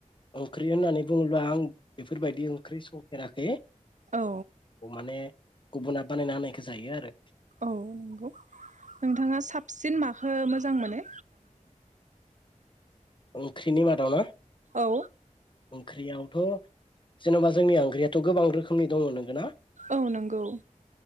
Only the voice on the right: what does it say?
औ
औ नंगौ नोंथाङा साबसिन माखो मोजां मोनो?
औ
औ नंगौ